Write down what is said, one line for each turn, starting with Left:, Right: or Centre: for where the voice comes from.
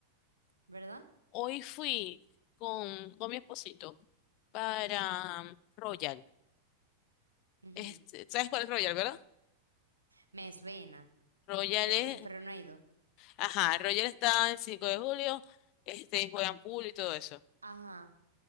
Right: ¿verdad?
Left: Hoy fui con, con mi esposito para um, Royal.
Right: Ujú.
Left: Este, ¿sabes cuál es Royal, verdad?
Right: Me suena.
Left: Royal
Right: Creo
Left: es
Right: que, pero no he ido.
Left: Ajá, Roger está en 5 de julio, este, juegan pool y todo eso.
Right: Ajá,